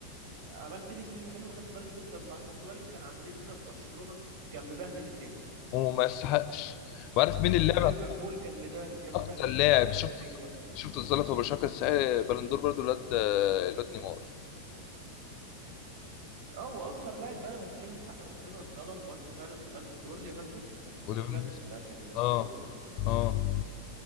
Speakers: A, on the right; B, on the left.
A: عملت لي سيزون حلو خدت بالون دور طب ما احنا سواريز كان عندنا في برشلونة كان مبهدل الدنيا
B: وما يستحقش وعارف مين اللاعب
A: وفي ليفربول كان مده... كان
B: اكتر
A: مبهدل
B: لاعب
A: الدنيا
B: شفت
A: قبل ما يجي برشلونة
B: شفت الظلم في برشلونه كاس بلندور برضو الواد الواد نيمار
A: اه واكتر لاعب بقى لو هتتكلم حق ربنا اتظلم برضو فعلا في بالون دور ليفاندوسكي اللي
B: وليفاندوسكي
A: اتلغت بتاعت الكورونا
B: اه
A: دي
B: اه